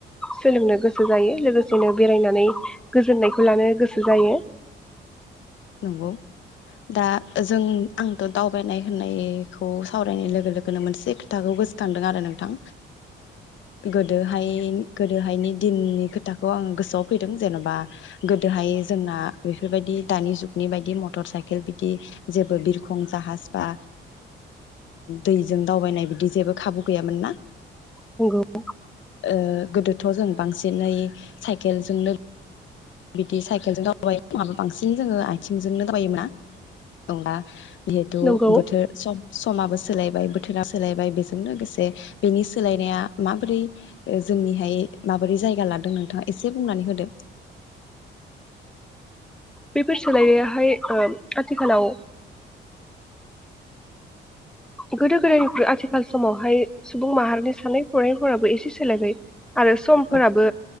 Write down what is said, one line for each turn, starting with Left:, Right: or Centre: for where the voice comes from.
Centre: सोलोंनो गोसो जायो लोगोसेनो बेरायनानै गोजोननायखौ लानो गोसो जायो।
Left: नंगौ दा जों आंथ दावबायनाय होननायखौ सावरायनाय लोगो लोगोनो मोनसे खोथाखौ गोसोखांदों आरो नोंथां गोदोहाय गोदोहायनि दिननि खोथाखौ आं गोसोआव फैदों जेन'बा गोदोहाय जोंना बेफोरबायदि दानि जुग नि बायदि मटर साइकेल बिदि जेबो बिरखं जाहाज बा दैजों दावबायनाय बिदि जेबो खाबु गैयामोन ना?
Centre: नंगौ।
Left: ओ गोदोथ जों बांसिनै साइकेलजोंनो बिदि साइकेलजों दावाबायो माबा बांसिन जोङो आथिंजोंनो दावाबायोमोन ना। जिहेतु
Centre: नंगौ
Left: बोथोर सम समाबो सोलायबाय बोथोरा सोलायबाय बेजों लोगोसे बेनि सोलायनाया माबोरै जोंनिहाय माबोरै जायगा लादों नोंथाङा एसे बुंनानै होदो।
Centre: बेफोर सोलायनायाहाय ओ आथिखालाव गोदो गोदायनिफ्राय आथिखाल समावहाय सुबुं माहारिनि साननाय हनायफोराबो एसे सोलायबाय। आरो समफोराबो
Left: औ